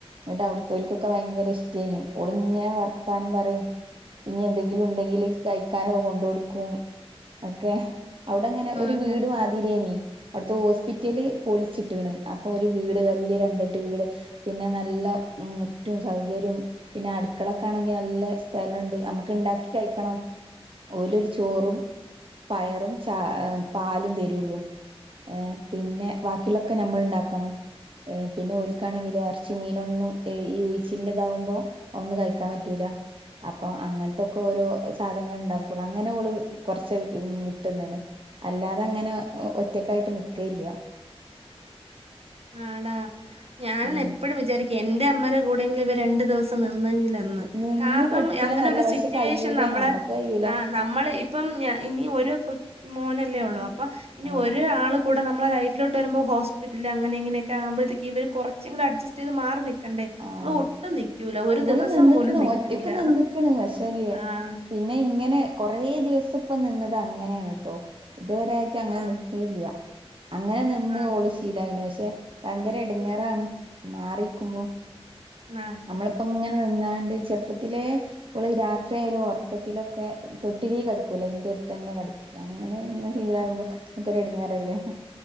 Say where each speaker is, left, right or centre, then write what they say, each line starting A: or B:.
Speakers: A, on the right (about 55°); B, on the right (about 75°).
A: ന്നട്ട് അവുടുത്തോൽക്കൊക്കെ വയങ്കര ഇഷ്ടേന്. ഓള്ങ്ങനെ വർ ത്താനം പറയും. പിന്നി എന്തെങ്കിലു ണ്ടെങ്കില് കഴിക്കാനൊക്കെ കൊണ്ടൊടുക്കും.. ഒക്കെ. അവ്ടെങ്ങനെ ഒരു
B: അങ്ങനെ
A: വീട് മാ തിരിയെനി. അവട്ത്തെ ഹോസ്പിറ്റല് പൊൽച്ചിട്ട്ണ്. അപ്പൊ ഒര് വീട്. വല്ല്യ രണ്ടട്ടി വീട്.. പിന്നെ നല്ല മുറ്റും. സൗകര്യം. പിന്നെ അട്ക്കളക് ക്കണെങ്കി നല്ല സ്ഥലണ്ട്. നമക്ക്ണ്ടാക്കി കഴിക്കണം. ഓലൊരു ചോറും.. പയറും ച, പാലും തെരുള്ളു.. ഏഹ്. പിന്നെ വാക്കിള്ളോക്കെ ഞമ്മള്ണ്ടാക്കണം.. പിന്നെ ഓൽക്കാണെങ്കില് എറച്ചി മീനൊന്നും. ഈ ഉഴിച്ചിൽന്റെതാവുമ്പോ. ഒന്ന് കയ് ക്കാപറ്റൂല.. അപ്പൊ അങ്ങൻത്തൊക്കെ ഓരോ സാധങ്ങൾ ണ്ടാക്കുള്ളൂ. അങ്ങനെ ഓള് കൊറചെ വിട്ട്ന്ന്ണ്.. അല്ലാതങ്ങനെ ഒ ഒറ്റക്കായിട്ട് നിക്കല്ല്യ.
B: ആണോ. ഞാനെപ്പഴും
A: ഉം
B: വിചാരിക്കു എന്റെ അമ്മരെ കൂടെങ്കിലും. ഇവരണ്ടു ദിവസം നിന്നെങ്കിലെന്ന്..
A: നിന്ന്
B: കാറണം.
A: പഠിച്ചണ
B: അങ്ങനൊരു
A: നല്ല പക്ഷെ
B: സിറ്റുവേഷൻ
A: കയ്യൂല
B: നമ്മളെ.
A: ഞമ്മക്ക് കയ്യൂല
B: ആഹ്. നമ്മള് ഇപ്പം ഞ നി ഒരു ക മോനല്ലേ ഒള്ളൂ. അപ്പനി
A: ആഹ്
B: ഒര് ആൾ.. കൂടെ നമ്മളെ ലൈഫിലോട്ട് വരുമ്പോ ഹോസ്പിറ്റല് അങ്ങനെ ഇങ്ങനെക്കെ ആവുമ്പഴത്തേക് ഇവര് കൊർചെങ്കിലും അട്ജെസ്റ്റെയ്ത് മാറി നിക് ക്കണ്ടേ
A: ആഹ്
B: ഇവ ഒട്ടും നിക്യുല ഒരു
A: ഇവള്
B: ദിവസം
A: നിന്ന്ക്ക്ണ്
B: പോലും നിക്യുല
A: ഒറ്റക്ക് നിന്ന്ക്ക്ണ് പക്ഷേല്ലേ
B: ആഹ്
A: പിന്നെ ഇങ്ങനെ കൊറേ ദിവസപ്പ നിന്നത് അങ്ങനേണ് ട്ടോ ഇത് വരെ കഅങ്ങനെ
B: ആ
A: നിക്കല്യ അങ്ങനെ നിന്ന്
B: ആടാ
A: ഓള് ശീലായിണ് പക്ഷേ ഭയങ്കര എടങ്ങെറാണ് മാറിക്കുമ്പോ
B: ന്നാ
A: നമ്മള്പ്പ ഇങ്ങനെ നിന്നാണ്ട് ചെർപ്പത്തിലെ ഓള് രാത്രി ആയാലും ഒറക്കത്തിലൊക്കെ തൊട്ടിലീക്കെടക്കൂല ഇന്റെട് തന്നെ കെട്ക്ക അങ്ങനെ ഇന്ന് ശീലായിബോ ക്കൊരു എടങ്ങേറല്ലേ